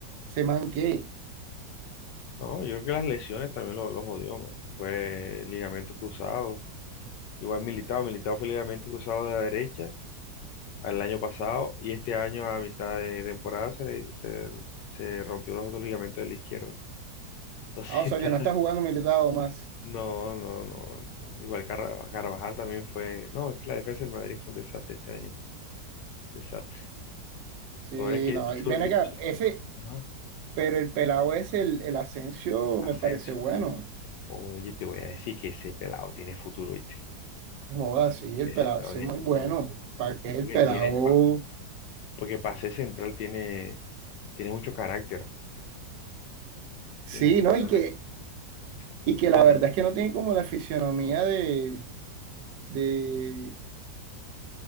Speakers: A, on the right; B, on the left.
A: se man qué?
B: No, yo creo que las lesiones también lo, lo jodió, man. Fue ligamento cruzado. Igual militado, militado fue ligamento cruzado de la derecha al año pasado y este año a mitad de temporada se, le- se, se rompió los otros ligamentos del izquierdo. Entonces,
A: Ah, o sea,
B: <laughs> está-
A: que no está jugando militado más.
B: no, no, no, no. Igual Carra- Carvajal también fue. No, es que la defensa del Madrid fue un desastre este año. Desastre.
A: Sí,
B: Lo bueno es que
A: no.
B: surgió.
A: Y ven acá,
B: surgió-
A: ese,
B: Ajá.
A: pero el pelado ese el, el Asensio
B: Asensio.
A: me parece bueno.
B: Oye, te voy a decir que ese pelado tiene futuro, ¿viste?
A: No, sí, el
B: Ese
A: pelado
B: pelado
A: ese
B: tiene
A: es muy
B: futuro.
A: bueno. ¿Para qué el
B: Porque
A: pelado?
B: tiene. pa- Porque para ser central tiene, tiene mucho carácter.
A: Sí,
B: Tiene mucho
A: ¿no?
B: carácter.
A: Y que Y
B: impone.
A: que la verdad es que no tiene como la fisionomía de, de